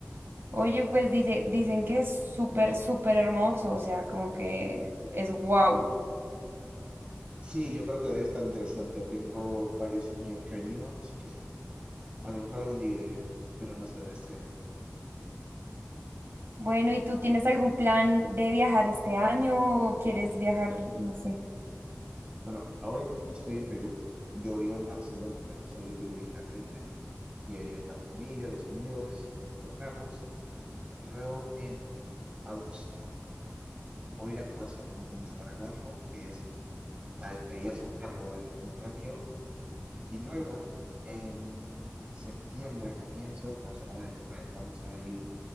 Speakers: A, on the right; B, on the right.
A: Oye, pues dice, dicen que es súper, súper hermoso, o sea, como que es wow.
B: Sí, yo creo que debe estar interesante. Tengo varios amigos que han ido, así que bueno, a lo mejor algún día iré, pero no será en este viaje.
A: Bueno, ¿y tú tienes algún plan de viajar este año o quieres viajar, no sé?
B: Bueno, ahora mismo estoy en Perú y yo vivo en Barcelona, pero soy de Perú originalmente. y he venido a visitar la familia, los amigos, los perros. Y luego en agosto voy a ir a Croacia por un fin de semana largo, que es la despedida soltero de mi mejor amigo. Y luego en septiembre, a comienzos, dos semanas después, vamos a ir